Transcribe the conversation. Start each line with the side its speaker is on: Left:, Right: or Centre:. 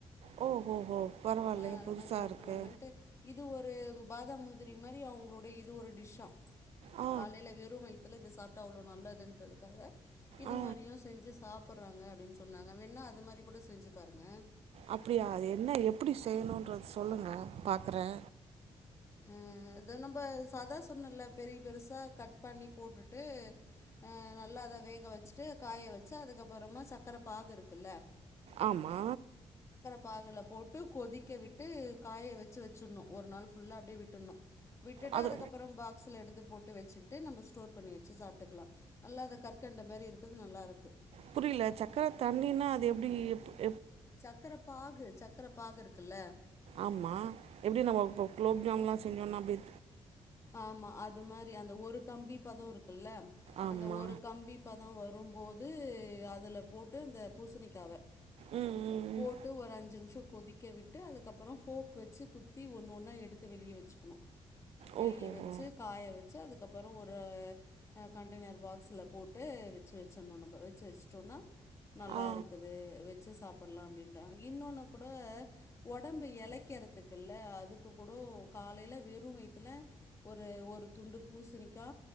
Right: ஓ ஹோ ஹோ பரவாயில்லையே
Left: ஆ அது
Right: புதுசா
Left: மாரி சாப்புடுவாங்கன்ட்டு
Right: இருக்கு
Left: இது ஒ ரு பாதாம், முந்திரி மாரி அவுங்ளுடை இது ஒரு டிஷ்ஷா
Right: ஆ
Left: காலைல வெறு வய்த்துல சாப்ட்டா அவ்ளோ நல்லதுன்றதுக்காக இது
Right: ஆ
Left: மாரியு செஞ்சு சாப் பட்றாங்க அப்டின் சொன்னாங்க வேண்னா அது மாரி கூட செஞ்சு பாருங்க
Right: அப்டியா அது என்ன எப்டி செய்னுன்றத் சொல்லுங்க பாக்கறே
Left: ஆ இத நம்ப ஸ் அதா சொன்னல்ல பெரிய பெருசா கட் பண்ணி போட்டுட்டு ஆ நல்லா அத வேக வச்சுட்டு காய வெச்சு அதுக்கப்பறமா சக்கர பாகு இருக்குல்ல
Right: ஆமா
Left: பாகுல போட்டு கொதிக்க விட்டு காய வெச்சு வெச்சுர்னு ஒரு நாள் ஃபுல்லா அப்டியே விட்டர்னு விட்டுட்டு
Right: அது
Left: அதுக்கப்றம் பாக்ஸ்ல எடுத்து போட்டு வெச்சிக்கிட்டு நம்ம ஸ்டோர் பண்ணி வெச்சு சாப்ட்டுக்கலா நல்லா அது கற்கண்டு மாரி இருக்குது நல்லாருக்கு
Right: புரியல சக்கர தண்ணின்னா அது எப்டி எப்பு
Left: சக்கர பாகு சக்கர பாகு இருக்குல்ல
Right: ஆமா எப்டி நம்ம இப்ப க்லோப்ஜாம்லா செஞ்சோன்னா அப்டியே
Left: ஆமா அது மாரி அந்த ஒரு கம்பி பதோ இருக்குல்ல
Right: ஆமா
Left: அந்த ஒரு கம்பி பதோ வ ரும்போது அதுல போட்டு அந்த பூசணிக்காவ
Right: ம் ம் ம்
Left: போட்டு ஒரு அஞ்சு நிம்ஷோ கொதிக்க விட்டு அதுக்கப்றோ ஃபோக் வெச்சி குத்தி ஒன் ஒன்னா எடுத்து வெளிய வெச்சிக்கனு வெளிய
Right: ஓ ஹோ
Left: வெச்சு
Right: ஹோ
Left: காய வெச்சு அது அதுக்கப்றோ ஒரு கண்டெய்னர் பாக்ஸ்ல போட்டு வெச்சு வெச்சர்னு நம்ப வெச்சு வெச்சுடோனா நல்லா
Right: ஆ
Left: இருக்குது வெச்சு சாப் டலா அப்டின்டாங்க இன்னொன்னு கூட ஒடம்பு எலக்கிறதுகில்ல அதுக்கு கூட கா காலைல வெறு வய்த்ல ஒரு ஒரு துண்டு பூசிணிக்கா